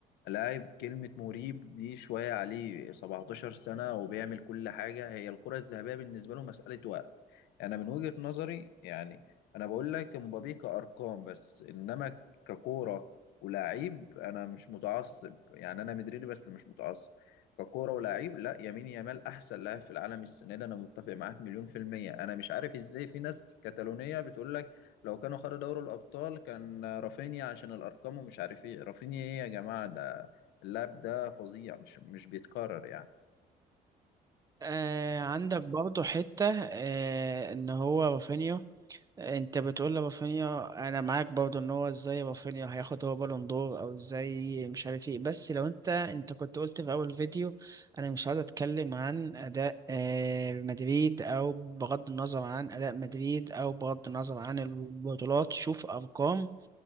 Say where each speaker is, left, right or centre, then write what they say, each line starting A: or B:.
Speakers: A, on the left; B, on the right.
A: لاعب كلمه مريب دي شويه عليه 17 سنه وبيعمل كل حاجه هي الكره الذهبيه بالنسبه له مساله وقت يعني انا من وجهة نظري يعني انا بقول لك امبابي كارقام بس انما ككورة ولاعيب أنا مش متعصب يعني أنا مدريدي بس مش متعصب ككورة ولاعيب لا يمين يامال أحسن لاعب في العالم السنة دي أنا متفق معاك مليون في المية أنا مش عارف إزاي في ناس كتالونية بتقول لك لو كانوا خدوا دوري الأبطال كان رافينيا عشان الأرقام ومش عارف إيه رافينيا إيه يا جماعة ده اللاعب ده فظيع مش مش بيتكرر يعني
B: آه عندك برضه حتة آه إن هو رافينيا انت بتقول لرافينيا انا معاك برضو ان هو ازاي رافينيا هياخد هو بالون دور او ازاي مش عارف ايه بس لو انت انت كنت قلت في اول فيديو انا مش عايز اتكلم عن اداء آه، مدريد او بغض النظر عن اداء مدريد او بغض النظر عن البطولات شوف ارقام